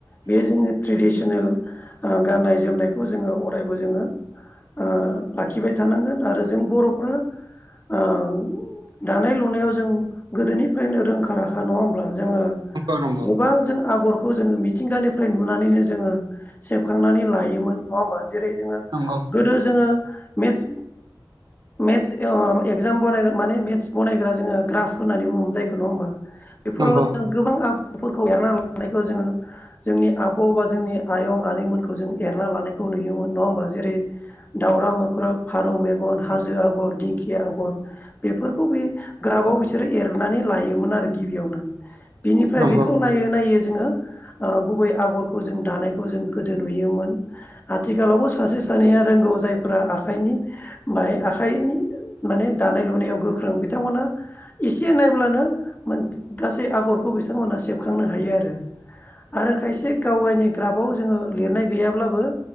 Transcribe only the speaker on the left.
बे जोंनि ट्रेडिस चेनेल ओ गाननाय जोमनायखौ जोङो अरायबो जोङो ओ लाखिबाय थानांगोन आरो जों बर'फ्रा ओ दानाय लुनायाव जों गोदोनिफ्रायनो रोंखा राखा नङा होमब्ला जोङो
गोबां जों आगरखौ जोङो मिथिंगानिफ्राय नुनानैनो जोङो सेबखांनानै लायोमोन नङा होमबा जेरै जोङो
गोदो जोङो मेथ्स मेथ्स ओ एक्जाम बग माने मेथ्स बानायग्रा जोङो ग्राफ होननानै बुङोमोन जायखौ नङा होमबा बेफोराव
जों गोबां आगुफोरखौ एरना ला नायखौ जोङो जोंनि आब' बा जोंनि आयं आनैमोनखौ जों एरना लानायखौ नुयोमोन नङा होमबा जेरै दाउरा मोख्राब फारौ मेगन हाजो आगर दिंखिया आगर बेफोरखौ बे ग्राफाव बिसोरो एरनानै लायोमोन आरो गिबियावनो बिनिफ्राय
बेखौ नायै नायै जोङो ओ गुबै आगरखौ जों दानायखौ जों गोदो नुयोमोन आथिखालावबो सासे सानैया रोंगौ जायफोरा आखाइनि बाय आखाइनि माने दानाय लुनायाव गोख्रों बिथांमोना एसे नायब्लानो मोन गासै आगरखौ बिथांमोनहा सेबखांनो हायो आरो आरो खायसे गाव गावनि ग्राफआव जोङो लिरनाय गैयाब्लाबो